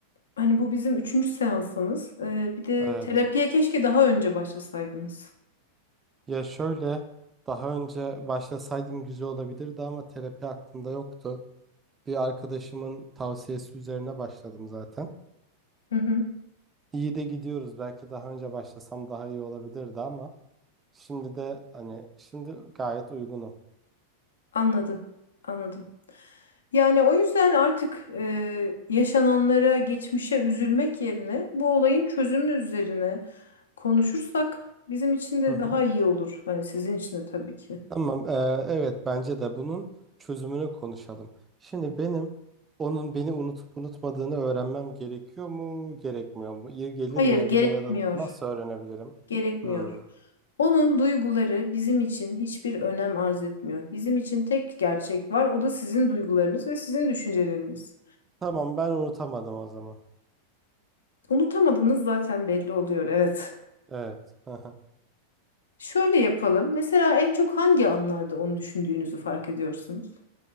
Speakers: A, on the left; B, on the right.
A: hani bu bizim üçüncü seansımız. Eee, bir de
B: Evet.
A: terapiye keşke daha önce başlasaydınız.
B: Ya şöyle daha önce başlasaydım güzel olabilirdi ama terapi aklımda yoktu. Bir arkadaşımın tavsiyesi üzerine başladım zaten.
A: Hı hı.
B: İyi de gidiyoruz. Belki daha önce başlasam daha iyi olabilirdi ama şimdi de hani şimdi gayet uygunum.
A: Anladım, anladım. Yani o yüzden artık e, yaşananlara, geçmişe üzülmek yerine bu olayın çözümü üzerine konuşursak bizim için de
B: Hı hı.
A: daha iyi olur. Hani sizin için de tabii ki.
B: Tamam, eee, evet bence de bunun çözümünü konuşalım. Şimdi benim onun beni unutup unutmadığını öğrenmem gerekiyor mu, gerekmiyor mu? İyi gelir
A: Hayır,
B: mi?
A: gerekmiyor.
B: Bir de ya da nasıl öğrenebilirim?
A: Gerekmiyor.
B: Hmm.
A: Onun duyguları bizim için hiçbir önem arz etmiyor. Bizim için tek gerçek var, o da sizin duygularınız ve sizin düşünceleriniz.
B: Tamam, ben unutamadım o zaman.
A: Unutamadığınız zaten belli oluyor, evet.
B: Evet. hı hı.
A: Şöyle yapalım. Mesela en çok hangi anlarda onu düşündüğünüzü fark ediyorsunuz?